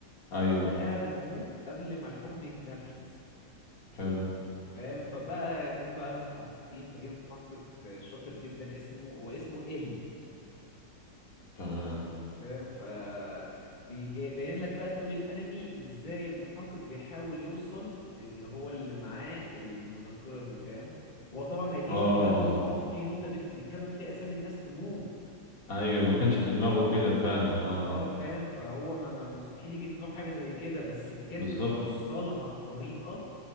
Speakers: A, on the left; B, on the left.
A: ايوه
B: لقاها بتموت قبل ما الحكم يتنفذ
A: حلو
B: فاهم فبقى جم بقى المحققين فجه محقق شاطر جدا اسمه هو اسمه ال
A: تمام
B: فاهم ف بيجي- باين لك بقى طول الانمي ازاي المحقق بيحاول يوصل للي هو اللي معاه المذكرة دي فاهم هو طبعا ما يجيش
A: اه
B: في دماغه ان هو في نوتة بت بيتكتب فيها اسامي الناس تموت
A: ايوه ما كانش في دماغه كده فاهم اه
B: اه فاهم فهو ما ما- مستحيل يجي في دماغه حاجه زي كده بس الكاتب
A: بالظبط
B: وصلها بطريقه